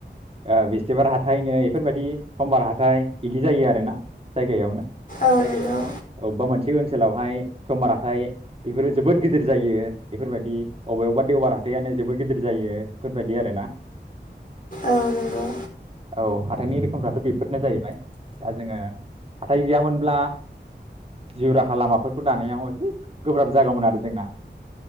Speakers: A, on the right; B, on the left.
A: ओ बिस्थिबार हाथाय नो इफोरबायदि समबार हाथाय इदि जायो आरोना जायगायावनो
B: औ
A: अबबा मोनसे ओनसोलावहाय समबार हाथाइ इफोरो जोबोद गिदिर जायो इफोरबायदि अबेयावबा देवबार हाथायानो जोबोद गिदिर जायो फोरबायदि आरोना
B: औ नंगौ औ नंगौ
A: औ हाथायनि रोखोमफ्राथ' बेफोरनो जाहैबाय दा जोङो हाथाय गैयामोनब्ला जिउ राहा लामाफोरखौ दानायाव एसे गोब्राब जागौमोन आरो जोंना